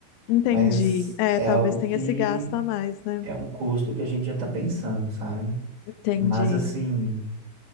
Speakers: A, on the left; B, on the right.
A: entendi.
B: Mas
A: É,
B: é
A: talvez
B: algo
A: tenha
B: que
A: esse gasto a mais, né?
B: é um custo que a gente já tá pensando, sabe?
A: Entendi.
B: Mas assim,